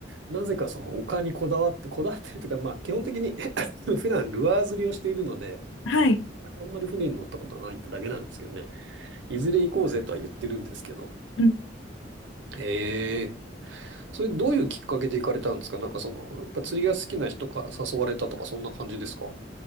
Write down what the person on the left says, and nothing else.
はい。
うん